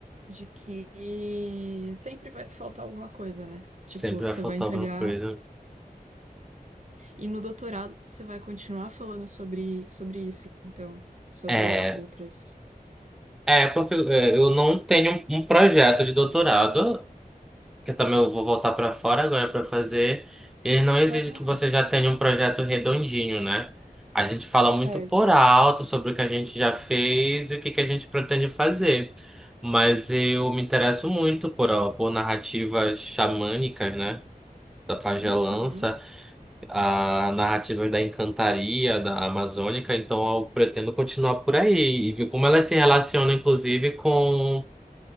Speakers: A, on the right; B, in the centre.
A: de que sempre vai faltar alguma coisa, né? Tipo,
B: Sempre
A: você
B: vai faltar
A: vai entregar
B: alguma coisa.
A: E no doutorado você vai continuar falando sobre, sobre isso, então, sobre
B: É,
A: o- outras.
B: é porque é, eu não tenho um projeto de doutorado. que eu também vou voltar para fora agora para fazer, ele não exige
A: Ah,
B: que você já tenha um projeto redondinho, né? A gente fala muito
A: certo.
B: por alto sobre o que a gente já fez e o que que a gente pretende fazer. Mas eu me interesso muito por, por narrativas xamânicas, né? Da pagelança,
A: Uhum.
B: a narrativas da encantaria, da amazônica. Então eu pretendo continuar por aí e ver como ela se relaciona inclusive, com